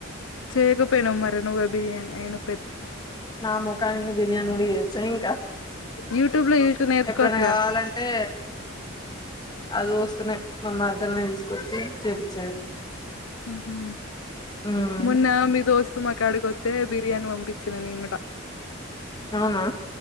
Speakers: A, on the left; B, on the left.
A: చేయకపోయినా మర నువ్వ బిర్యానీ అయినా
B: నా ముఖానికి బిర్యానీ కూడా తెలుసా ఇంకా
A: యూట్యూబ్ లో చూసి నేర్చుకోవచ్చుగా
B: ఎప్పుడైనా కావాలంటే అది వస్త మా మరదల్ని తీసుకొచ్చి చేపిచ్చేది
A: ఉమ్
B: ఉమ్
A: మొన్న మీ దోస్త మా కాడికితే బిర్యానీ పంపించిన నేను కూడా
B: అవునా